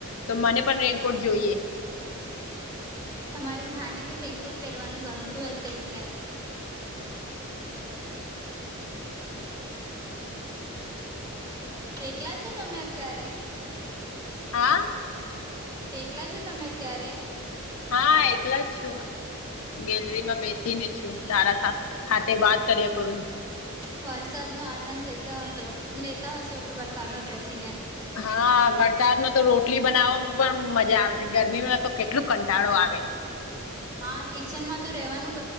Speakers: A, on the left; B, on the right.
A: તો મને પણ રેનકોટ જોઈએ.
B: તમારી નાની ને રેંકોટ પહેરવાનું ગમતું હશે એટલે. એકેકલા છો તમે અત્યારે.
A: હા.
B: એકલા છો તમે અત્યારે
A: હા એકલા જ છું ગેલરીમાં બેસી ને છું સારા હા હા તે વાત કરીએ કરું
B: વરસાદ નો આનંદ લેતા હતો લેતા હશો વરસાદમાં બેસી ને
A: હા વરસાદમાં તો રોટલી બનાવવામાં પણ મજા આવે છે ગરમીમાં તો કેટલું કંટાળો આવે
B: હા કિચનમાં તો રહેવાનું